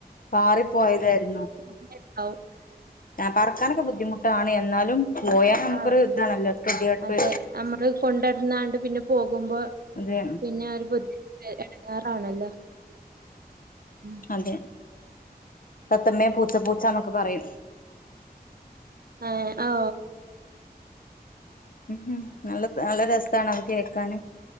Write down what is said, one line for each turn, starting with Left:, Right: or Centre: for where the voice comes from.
Left: പാറി പോയതായിരുന്നു
Right: <unintelligible> ണ്ടാവും
Left: അ പറക്കാനൊക്കെ ബുദ്ധിമുട്ടാണ് എന്നാലും പോയാ
Right: ആ
Left: നമുക്കൊരു
Right: ആ
Left: ഇതാണല്ലോ ഒരു കെതിയെട്ട്
Right: അതെ നമ്മള് കൊണ്ടട്ന്നാണ്ട് പിന്നെ പോകുമ്പോ
Left: അതെ
Right: പിന്നെ ഒരു ബുദ്ധി എടങ്ങെറാണല്ലോ ഉം
Left: അതെ തത്തമ്മേ പൂച്ച പൂച്ച ന്നൊക്കെ പറയും
Right: ഏ ഔ
Left: ഉം നല്ല നല്ല രസാണ് അത് കേക്കാന്